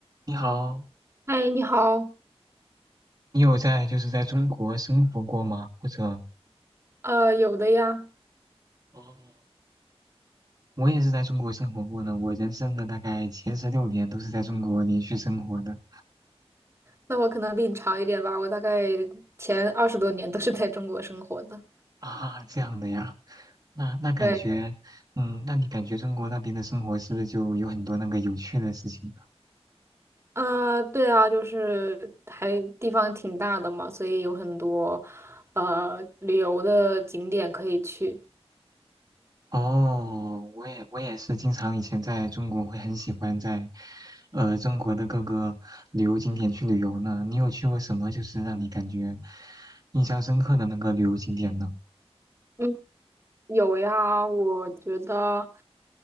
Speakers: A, on the right; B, on the right.
A: 你好，
B: 嗨，你好，
A: 你有在就是在中国生活过吗？或者
B: 呃，有的呀，
A: 哦，我也是在中国生活过的，我人生的大概前十六年都是在中国连续生活的
B: 那我可能比你长一点吧，我大概前二十多年都是在中国生活的。
A: 啊，这样的呀，那那感觉，
B: 对，
A: 嗯，那你感觉中国那边的生活是不是就有很多那个有趣的事情呢？
B: 啊对啊，就是还地方挺大的嘛，所以有很多呃旅游的景点可以去。
A: 哦，我也我也是经常以前在中国会很喜欢在，呃，中国的各个旅游景点去旅游呢。你有去过什么就是让你感觉印象深刻的那个旅游景点呢？
B: 嗯，有呀，我觉得